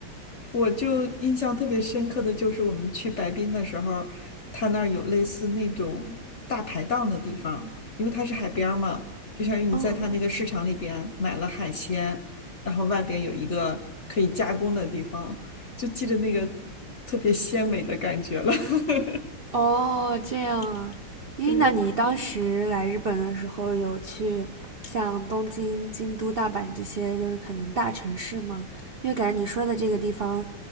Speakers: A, on the left; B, on the right.
A: 我就印象特别深刻的就是我们去白滨的时候，他那儿有类似那种大排档的地方，因为它是海边儿嘛，就相当于你在它那个市场里边买了海鲜，
B: 哦
A: 然后外边有一个可以加工的地方，就记着那个特别鲜美的感觉了。<laughs>
B: 哦，这样啊。咦，
A: 对，
B: 那你当时来日本的时候，有去像东京、京都、大阪这些，就是可能大城市吗？因为感觉你说的这个地方，